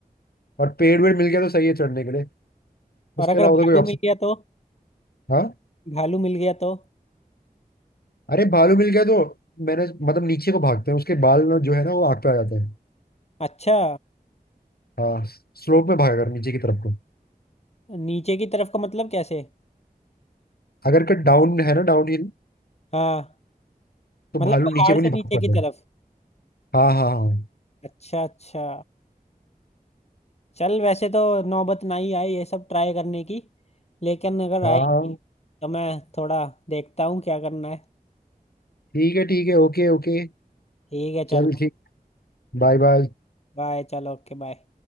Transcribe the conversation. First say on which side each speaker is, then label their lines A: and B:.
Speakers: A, on the left (about 80°); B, on the left (about 45°).
A: और पेड़ वेड़ मिल गया तो सही है चढ़ने के लिए उसके
B: और अगर
A: अलावा
B: भालू
A: तो कोई ऑप्शन
B: मिल गया तो
A: हाँ
B: भालू मिल गया तो
A: अरे भालू मिल गया तो मैंने मतलब नीचे को भागते हैं उसके बाल ना जो है ना वो आग पे आ जाते हैं
B: अच्छा
A: हाँ स्लोप में भागा कर नीचे की तरफ को
B: नीचे की तरफ का मतलब कैसे
A: अगर कट डाउन है ना डाउन हिल
B: हाँ
A: तो
B: मतलब
A: भालू
B: पहाड़
A: नीचे को नहीं
B: से नीचे
A: भाग पाते
B: की तरफ
A: हाँ हाँ हाँ
B: अच्छा अच्छा चल वैसे तो नौबत ना ही आए ये सब ट्राई करने की लेकिन अगर
A: हाँ
B: आएगी <laughs> तो मैं थोड़ा देखता हूँ क्या करना है
A: ठीक है ठीक है Okay okay
B: ठीक है
A: चल
B: चल
A: ठीक Bye bye
B: बाय चल ओके बाय